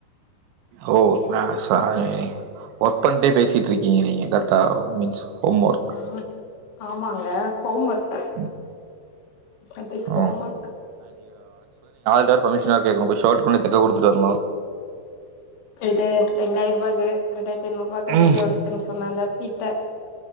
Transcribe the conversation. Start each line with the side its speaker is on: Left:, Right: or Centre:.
Right: ஓ நா சாரி ஒர்க் பண்ணிட்டே பேசிட்டு இருக்கீங்க நீங்க கரெக்டா மீன்ஸ் ஹோம் வொர்க்.
Left: <unintelligible> ஆமாங்க ஹோம் வொர்க்
Right: ம்.
Left: <unintelligible>
Right: ம்.
Left: ஹோம் வொர்க்
Right: சார் பர்மிஷன் வேற கேட்கணு போய் சார்ட் கொண்டு போய் தேக்க குடுத்துட்டு வரணுங்ளா
Left: ளுக்கு ரெண்டாயிரரூபாக்கு ரெண்டாயிரத்தி ஐநூறுவாக்கு என்னத்தி
Right: ம்.
Left: எடுத்தேன்னு சொன்னாங்க பீத்த